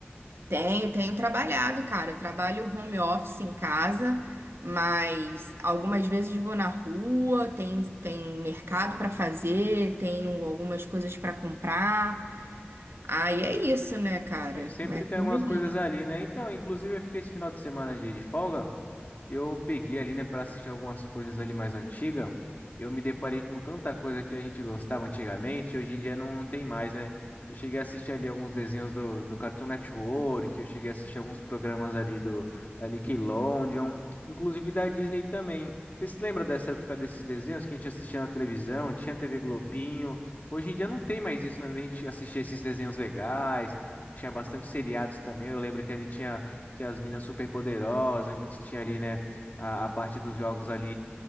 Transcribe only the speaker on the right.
Tenho, tenho trabalhado, cara. Eu trabalho home office em casa, mas algumas vezes vou na rua, tem, tem mercado pra fazer, tenho algumas coisas pra comprar. Aí é isso, né, cara?
É correria.